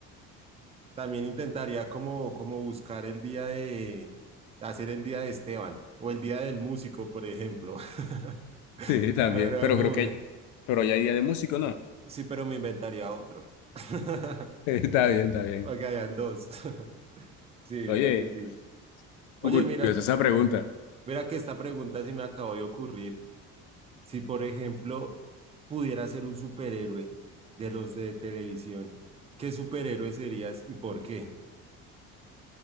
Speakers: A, on the right (about 20°); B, on the left (about 80°).
A: También intentaría como, como buscar el día de, hacer el día de Esteban o el día del músico, por ejemplo. <laughs>
B: Sí, también,
A: Era
B: pero
A: como
B: creo que,
A: que-
B: pero ya hay día de músico, ¿no?
A: Sí, pero me inventaría otro. <laughs>
B: <laughs> Está bien, está bien.
A: Para que hayan dos. <laughs> Sí,
B: Oye,
A: mira que sí. Oye,
B: curiosa
A: mira,
B: esa pregunta.
A: mira que esta pregunta se me acabó de ocurrir. Si, por ejemplo, pudiera ser un superhéroe de los de televisión, ¿qué superhéroe serías y por qué?